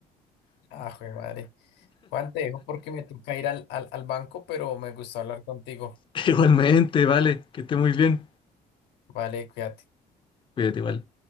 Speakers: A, on the left; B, on the left.
A: Ah, joder, madre. Juan, te dejo porque me toca ir al, al, al banco, pero me gustó hablar contigo.
B: <laughs> Igualmente, vale, que esté muy bien.
A: Vale, cuídate.
B: Cuídate igual.